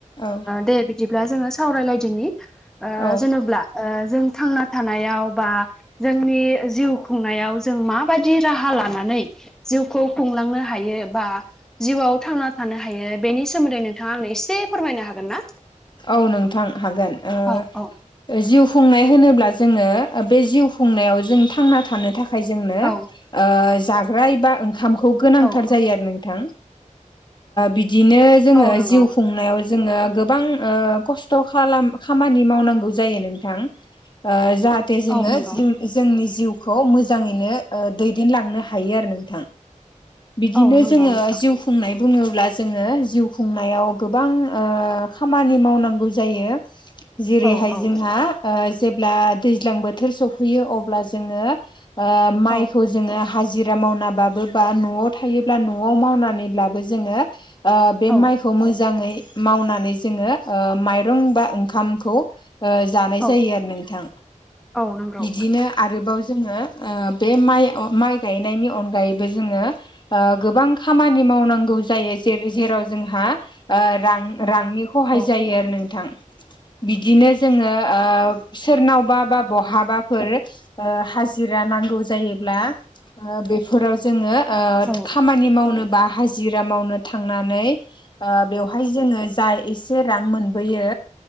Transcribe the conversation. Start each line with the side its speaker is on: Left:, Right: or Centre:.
Left: औ
Centre: दे बिदिब्ला जोंङो सावरायलायदोनि ओ
Left: औ
Centre: जेनेब्ला ओ जों थांना थानायाव बा जोंनि जिउ खुंनायाव जों माबायदि राहा लानानै जिउखौ खुंलांनो हायो बा जिउआव थांना थानो हायो बेनि सोमोन्दै नों नोंथाङा आंनो एसे फोरमायनो हागोन ना?
Left: औ नोंथां हागोन। ओ
Centre: औ औ
Left: जिउ खुंनाय होनोब्ला जोङो बे जिउ खुंनायाव जों थांना थानो थाखाय थाखाय जोंनो
Centre: औ
Left: जाग्रा एबा ओंखामखौ गोनांथार
Centre: औ औ
Left: जायो आरो नोंथां बिदिनो जोङो
Centre: औ नंगौ
Left: जिउ खुंनायाव जोङो गोबां खस्थ' खालाम खामानि मावनांगौ जायो नोंथां जाहे जाहाथे जोङोउ
Centre: औ नंगौ
Left: जोंनि जिउखौ मोजाङैनो दैदेनलांनो हायो आरो नोंथां बिदिनो
Centre: औ नंगौ
Left: जोङो
Centre: नोंथां
Left: जिउ खुंनाय बुङोब्ला जोङो जिउ खुंनायाव गोबां खामानि मावनांगौ जायो जेरैहाय
Centre: औ औ
Left: जोंहा ओ जेब्ला दैज्लां बोथोर सफैयो अब्ला जोंङो ओ माइखौ
Centre: औ
Left: जोंङो हाजिरा मावनाबाबो बा न'आव थायोब्ला न'आव मावनानैब्लाबो जोंङो ओ बे
Centre: औ
Left: माइखौ मोजाङै मावनानै जोंङो ओ माइरं बा ओंखामखौ जानाय
Centre: औ
Left: जायो आरो नोंथां
Centre: औ नंगौ
Left: बिदिनो आरोबाव जोंङो ओ बे माइ माइ गायनायनि अनगायैबो जोंङो ओ गोबां खामानि मावनांगौ जायो जैरै जेराव जोंहा रां रांनि सहाय
Centre: औ
Left: जायो आरो नोंथां बिदिनो जोङो सोरनावबा बा बहाबाफोर हाजिरा नांगौ जायोब्ला बेफोराव जोङो
Centre: औ
Left: खामानि मावनोबा ह जिरा मावनो थांनानै बेवहाय जोङो जाय एसे रां मोनबोयो